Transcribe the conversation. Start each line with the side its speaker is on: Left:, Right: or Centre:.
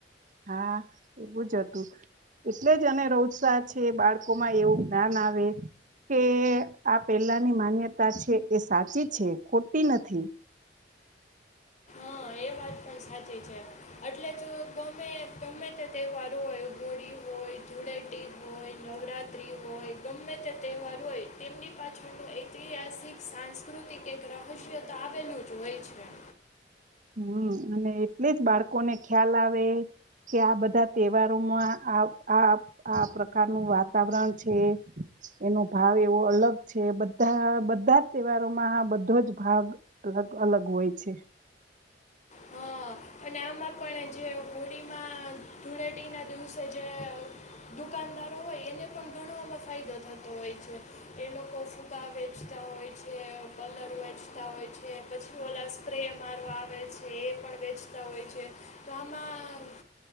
Right: હા એવું જ હતું એટલે જ એને રોજસાહ છે બાળકોમાં એવું જ્ઞાન આવે કે આ પેલાની માન્યતા છે એ સાચી છે ખોટી નથી.
Left: હા એ વાત પણ સાચી છે એટલે જો ગમે ગમે તે તહેવાર હોય હોળી હોય ધુળેટી હોય નવરાત્રિ હોય ગમે તે તહેવાર હોય તેમની પાછળનું ઐતિહાસિક સાંસ્કૃતિક એક રહસ્ય તો આવેલું જ હોય છે.
Right: હમ અને એટલી જ બાળકોને ખ્યાલ આવે કે આ બધા તહેવારોમાં આ આ આ પ્રકારનું વાતાવરણ છે એનો ભાવ એવો અલગ છે બધા બધા જ તહેવારોમાં આ બધો જ ભાગ અલગ અલગ હોય છે.
Left: હા અને આમાં પણ જે હોળીમાં ધૂળેટીના દિવસે જે દુકાનદારો હોય એને પણ ઘણો આમાં ફાયદો થતો હોય છે એ લોકો ફૂગા વેચતા હોય છે કલર વેચતા હોય છે પછી ઓલા સ્પ્રે મારવા આવે છે એ પણ વેચ તા હોય છે તો આમાં